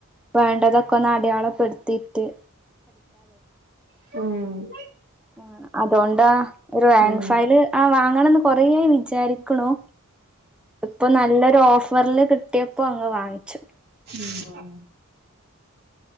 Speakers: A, in the centre; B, on the right (about 45°).
A: വേണ്ടതൊക്കൊന്ന് അടയാളപ്പെട്ത്തിട്ട്
B: ഉം.
A: ആ അതോണ്ടാ ഒരു റാങ്ക്
B: ഉം
A: ഫയല് ആ വാങ്ങണംന്ന് കൊറേ ആയി വിചാരി ക്ക്ണൂ ഇപ്പൊ നല്ലൊരു ഓഫർൽ കിട്ടിയപ്പോ അങ്ങ് വാങ്ങിച്ചു.
B: മ്